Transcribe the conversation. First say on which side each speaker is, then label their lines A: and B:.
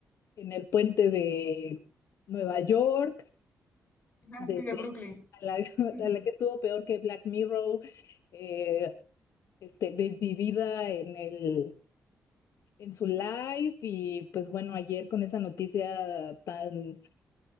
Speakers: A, on the left (about 75°); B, on the left (about 35°).
A: en el puente de Nueva York,
B: Así
A: desde
B: de Brooklyn.
A: a la, <laughs>
B: <laughs>
A: a la que estuvo peor que Black Mirror, eh, este, desvivida en el, en su live y pues bueno, ayer con esa noticia tan,